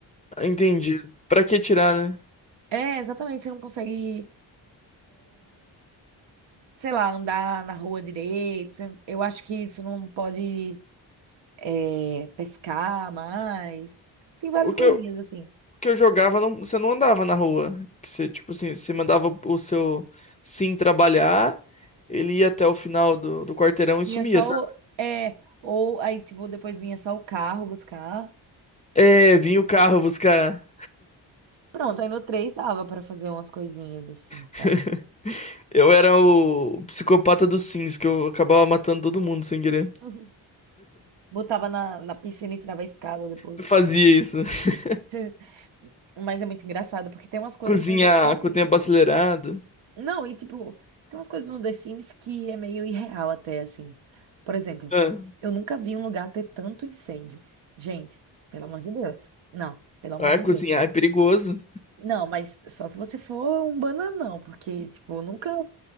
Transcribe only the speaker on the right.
É, exatamente, você não consegue, sei lá, andar na rua direito. você- Eu acho que você não pode, é, pescar mais. Tem várias
coisinhas,
assim.
Vinha
só
o. É, ou aí, tipo, depois vinha só o carro buscar.
Pronto, aí no 3 dava pra fazer umas coisinhas assim, sabe?
<laughs> Botava na, na piscina e tirava a escada depois.
<laughs> Mas é muito engraçado, porque tem umas coisas
no The Sims.
Não, e tipo, tem umas coisas no The Sims que é meio irreal até, assim. Por exemplo,
eu nunca vi um lugar ter tanto incêndio. Gente, pelo amor de Deus. Não, pelo amor
de
Deus.
Não, mas só se você for um bananão, porque, tipo, nunca.